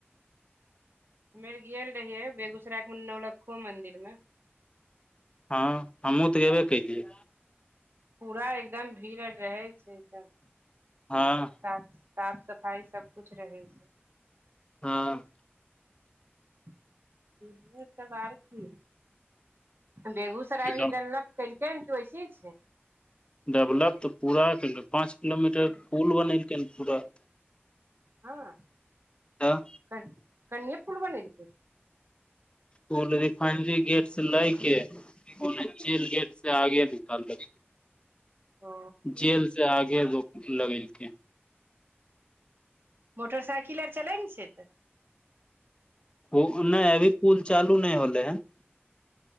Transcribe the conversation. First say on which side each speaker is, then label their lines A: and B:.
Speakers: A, on the right; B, on the left.
A: हम्मे आर गेल रहियै बेगूसराय के नौलक्खो मंदिर मे
B: हाँ हमहुँ तऽ ऐबै कैलियै
A: पूरा एकदम भीड़ आर रहै छै एकदम
B: हाँ
A: साफ साफ सफाइ सब कुछ रहै छै।
B: हाँ
A: <unintelligible> सब आर की बेगूसराय भी
B: हँ
A: गेल न कैलकै हन की ओइसिहि छै
B: डेवलप तऽ पूरा केलकै पाँच किलोमीटर पुल बनेलकै हन पूरा
A: हाँ
B: तऽ
A: कन कनिये पूल बनेलकै
B: पूल रिफाइनरी गेट से लै के पूल जेल गेट से आगे निकाल लै
A: ओ
B: जेल से आगे एगो लगेलकै हन।
A: मोटरसाइकिल आर चलै ने छै तऽ
B: पु नय अभी पुल चालू नय होलै हन।